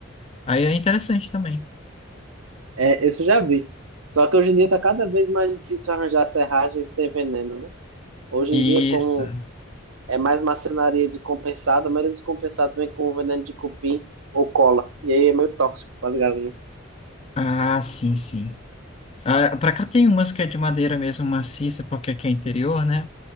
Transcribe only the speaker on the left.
Aí é interessante também.
Isso.
Ah, sim, sim. Ah, para cá tem umas que é de madeira mesmo maciça, porque aqui é interior, né?